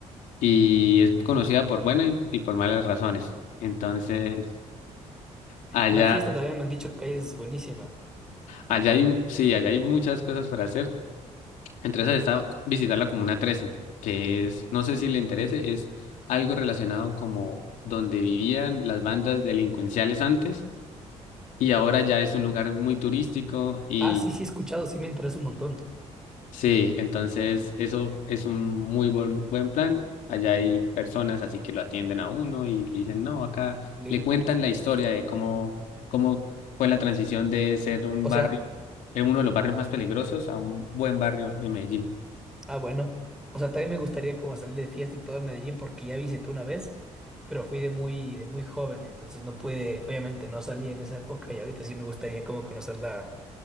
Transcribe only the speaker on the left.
y es conocida por buenas y, y por malas razones. Entonces, allá,
allá hay, sí, allá hay muchas cosas para hacer. Entre esas está visitar la Comuna Trece que es, no sé si le interese, es algo relacionado como donde vivían las bandas delincuenciales antes y ahora ya es un lugar muy turístico y
sí, entonces eso es un muy buen, buen plan. Allá hay personas así que lo atienden a uno y le dicen, no, acá
le cuentan la historia de cómo, cómo fue la transición de ser un
barrio,
de uno de los barrios más peligrosos a un buen barrio en Medellín.